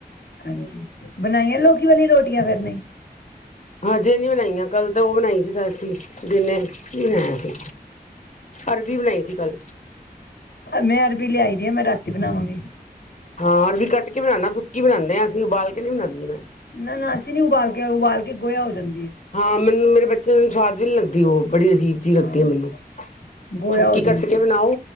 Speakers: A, on the left; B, on the left.
A: ਹਾਂਜੀ, ਬਨਾਈਆਂ ਲੋਕੀ ਵਾਲੀ ਰੋਟੀਆਂ ਫੇਰ ਨੀ?
B: ਹਾਜੇ ਨੀ ਬਨਾਈਆਂ, ਕੱਲ ਤਾਂ ਓ ਬਣਾਈ ਸੀ ਅਸੀ ਡਿਨਰ ਚ ਕੀ ਬਣਾਏਆ ਸੀ ਅਰਬੀ ਬਣਾਈ ਸੀ ਕੱਲ।
A: ਮੈਂ ਅਰਬੀ ਲਿਆਈ ਦੀ ਆ, ਮੈਂ ਰਾਤੀ ਬਨਾਵਾਂਗੀ।
B: ਹਾਂ, ਅਰਬੀ ਕੱਟ ਕੇ ਬਣਾਨਾ ਸੁੱਕੀ ਬਣਾਂਦੇ ਆ ਅਸੀਂ ਉਬਾਲ ਕੇ ਨੀ ਬਣਾਦੀ ਮੈਂ।
A: ਨਾ-ਨਾ ਅਸੀਂ ਨੀ ਉਬਾਲ ਕੇ ਉਬਾਲ ਕੇ ਗੋਏਆ ਹੋ ਜਾਂਦੀ ਏ।
B: ਹਾਂ, ਮੈਨੂੰ ਮੇਰੇ ਬੱ <unintelligible> ਸਵਾਦ ਵੀ ਨੀ ਲੱਗਦੀ ਓ ਬੜੀ ਅਜੀਬ ਜੀ ਲੱਗਦੀ
A: ਹਾਂ
B: ਮੈਨੂੰ,
A: ਗੋਇਆ
B: ਸੁੱਕੀ
A: ਹੋ ਜਾਂਦੀ
B: ਕੱਟ ਕੇ ਬਨਾਓ